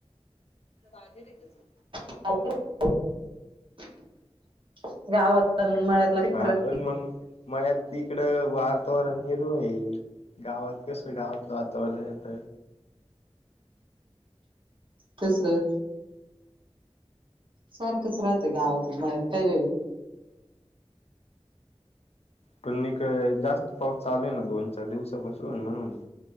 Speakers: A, on the left; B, on the right.
A: पागल आहे का तू
B: <unintelligible> गावात अन मळ्यातला काही
A: हा
B: फरक
A: पण मग म तिकड वारातावरण निरू आहे गावात कस गावातलं वातावरण येत
B: कसं सारखंच राहतंय गावातचत काही वेगळं
A: पण नक जास्त पाऊस चालूय ना दोन चार दिवसापासून म्हणून